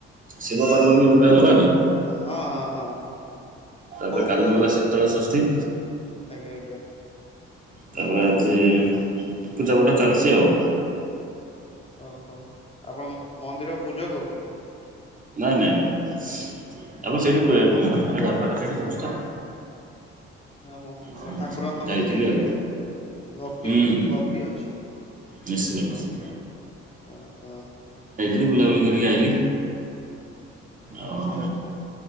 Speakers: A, on the right; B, on the left.
A: ଶିବ ପାର୍ବତୀ ଙ୍କ ବିବାହ ଗଲାନି।
B: ହଁ ହଁ ହଁ ହଁ ହଁ।
A: ତାପରେ
B: କୋ
A: କାଲି
B: କୋଉଦିନ
A: ଗଲା ଶୀତଳ ଷଷ୍ଠୀ।
B: ଆଜ୍ଞା, ଆଜ୍ଞା।
A: ତା'ପରେ ଆଜିଁ ପୂଜାପାଠ ଚାଲିଚି ଆଉ।
B: ଓହୋ, ଆପଣ ମନ୍ଦିର ପୂଜକ କି?
A: ନାଇଁ, ନାଇଁ, ନାଇଁ, ଆପଣ
B: ଓହୋ
A: ସେଇଠି ପେ ମାନେ ଘର ପାଖେରେ ସେଠି ହଉଛି ତ?
B: ଆମ ହଁ,
A: ଆଉ
B: ମା ଠାକୁରଙ୍କ
A: ଯାଇଥିଲି
B: ପ୍ରତି-ଇ
A: ଆଉ
B: ଭକ୍ତି
A: ହୁଁ
B: ପ
A: ହୁଁ
B: ଭକ୍ତି ଅଛି।
A: ନିଶ୍ଚିତ ନିଶ୍ଚିତ
B: ଆଚ୍ଛା, ଆଚ୍ଛା, ହ ହ, ହଁ।
A: ଲି ବୁଲାବୁଲି କରିକି ଆଇଲି। ଆଉ
B: ଆଚ୍ଛା, ଆଚ୍ଛା।